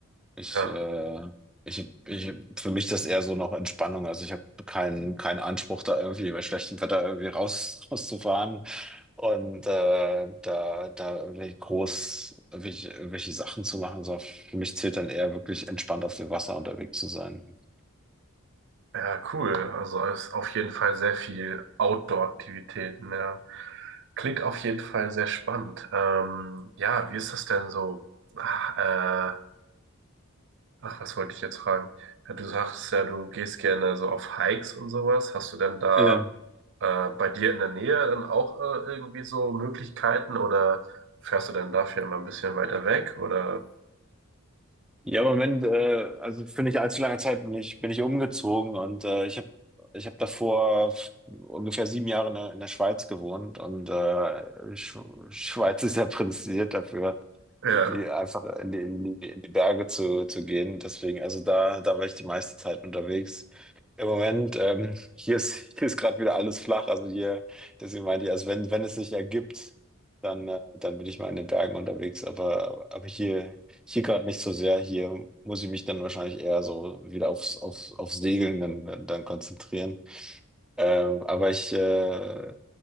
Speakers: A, in the centre; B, on the right.
A: Ich,
B: ja.
A: äh, ich, ich, für mich ist das eher so noch Entspannung. Also ich habe keinen, keinen Anspruch, da irgendwie bei schlechtem Wetter irgendwie raus, <laughs> rauszufahren und äh, da, da irgendwie groß irgendwelche, irgendwelche Sachen zu machen. So, für mich zählt dann eher wirklich entspannt auf dem Wasser unterwegs zu sein.
B: Ja, cool. Also es ist auf jeden Fall sehr viel Outdoor-Aktivitäten. Ja. Klingt auf jeden Fall sehr spannend. Ähm, ja, wie ist das denn so? Ach, äh, ach, was wollte ich jetzt fragen? Ja, du sagst ja, du gehst gerne so auf Hikes und sowas. Hast du denn da
A: Ja.
B: äh, bei dir in der Nähe dann auch äh, irgendwie so Möglichkeiten oder fährst du dann dafür immer ein bisschen weiter weg? Oder
A: Ja, im Moment, äh, also für nicht allzu lange Zeit bin ich, bin ich umgezogen und äh, ich habe ich hab davor f- ungefähr sieben Jahre in der, in der Schweiz gewohnt und äh, Sch Schweiz ist ja prädestiniert dafür,
B: ja,
A: irgendwie einfach in die, in die, in die Berge zu, zu gehen. Deswegen, also da, da war ich die meiste Zeit unterwegs. Im Moment, ähm, hier ist, hier ist gerade wieder alles flach, also hier, deswegen meinte ich, also wenn, wenn es sich ergibt, dann, äh, dann bin ich mal in den Bergen unterwegs, aber, aber hier. Hier gerade nicht so sehr. Hier muss ich mich dann wahrscheinlich eher so wieder aufs, aufs, aufs Segeln dann, dann, dann konzentrieren. Ähm, aber ich, äh,